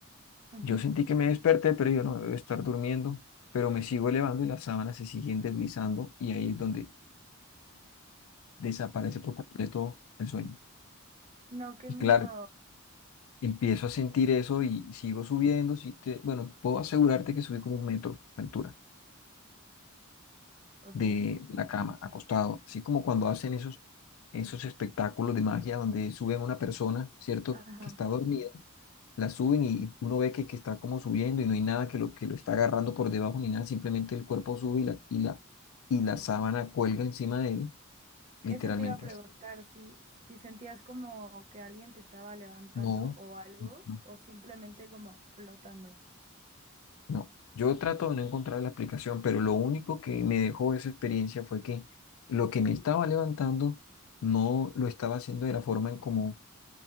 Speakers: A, on the right; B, on the left.
A: ujú.
B: Yo sentí que me desperté, pero yo no debo estar durmiendo, pero me sigo elevando y las sábanas se siguen deslizando y ahí es donde desaparece por completo el sueño.
A: No, qué
B: Y
A: miedo,
B: claro, empiezo a sentir eso y sigo subiendo. sí te- bueno, puedo asegurarte que subí como un metro de altura
A: ok,
B: de la cama, acostado, así como cuando hacen esos, esos espectáculos de magia donde suben a una persona, ¿cierto?
A: ajá.
B: Que está dormida la suben y uno ve que, que está como subiendo y no hay nada que lo, que lo está agarrando por debajo ni nada, simplemente el cuerpo sube y la, y la, y la sábana cuelga encima de él, literalmente
A: Eso te iba a preguntar,
B: así.
A: si, si sentías como que alguien te estaba levantando
B: No,
A: o algo,
B: no, no,
A: o simplemente como flotando.
B: no. Yo trato de no encontrar la explicación, pero lo único que me dejó esa experiencia fue que lo que me estaba levantando no lo estaba haciendo de la forma en como